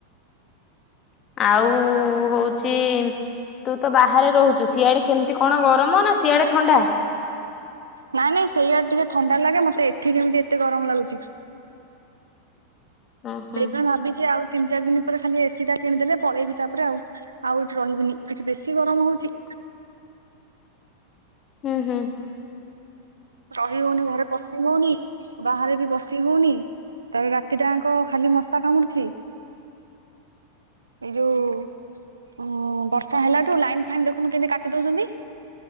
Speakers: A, on the left; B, on the right.
A: ଆଉ ହଉଚି ତୁ ତ ବାହାରେ ରହୁଚୁ ସିଆଡେ କେମିତି କଣ ଗରମ ନା ସିଆଡେ ଥଣ୍ଡା?
B: ନାଇଁ ନାଇଁ ସେଇଆଡେ ଟିକେ ଥଣ୍ଡା ଲାଗେ ମତେ ଏଠି କେମିତି ଏତେ ଗରମ ଲାଗୁଚି।
A: ଓହୋ
B: ସେଇ ପାଇଁ ଭାବିଚି ଆଉ ତିନି ଚାରି ଦିନ ପରେ ଖାଲି ଏସି ଟା କିଣିଦେଲେ ପଳେଇବି ତାପରେ ଆଉ ଆଉ ଏଠି ରହିବିନି ଏଠି ବେଶୀ ଗରମ ହଉଚି।
A: <inaudible> ହୁଁ ହୁଁ।
B: ରହି ହଉନି ଘରେ ପଶି ହଉନି ବାହାରେ ବି ବସି ହଉନି। ତାାର ରାତିଟାଙ୍କ ଖାଲି ମଶା କାମୁଡୁଛି
A: <unintelligible>
B: ଏ ଯୋଭ ଓ ବର୍ଷା ହେଲାଠୁ ଲାଇନ୍ ଫାଇନ୍ ଦେଖନ୍ତୁ କେମିତି କାଟି ଦଉଛନ୍ତି